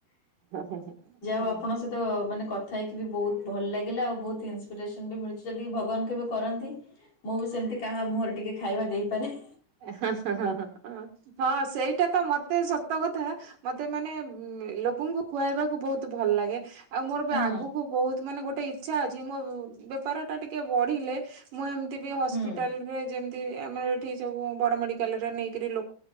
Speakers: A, on the right (about 60°); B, on the left (about 45°).
A: ହୁଁ ହଁ ହୁଁ।
B: ଆପଙ୍କ ସହିତ ମାନେ କଥା ହେଇକି। ବି ବହୁତ ଭଲ ଲାଗିଲା, ଆଉ ବହୁତ ଇନ୍ସପିରେସନ ବି ମିଳଛି ଯଦି ଭଗବାନ କେବେ କରନ୍ତି। ମୁଁ ବି ସେମିତି କାହା ମୁହଁରେ ଟିକେ ଖାଇବା ଦେଇପାରେ।
A: ହଁ ସେଇଟା ତ ମତେ ସତ କଥା। ମତେ ମାନେ ଲୋକଙ୍କୁ ଖୁଆଇବାକୁ ବହୁତ ଭଲ ଲାଗେ। ଆଉ ମୋର
B: ହୁଁ
A: ବି ଆଗକୁ ବହୁତ ମାନେ ଗୋଟେ। ଇଚ୍ଛା ଅଛି ମୋ ବେପାର ଟା ଟିକେ ବଢିଲେ ମୁଁ ଏମିତି ବି ହସ୍ପିଟାଲରେ
B: ହୁଁ
A: ଯେମ। ଆମର ଏଠି ସବୁ ବଡ ମେଡିକାଲରେ ନେଇକରି ଲୋକ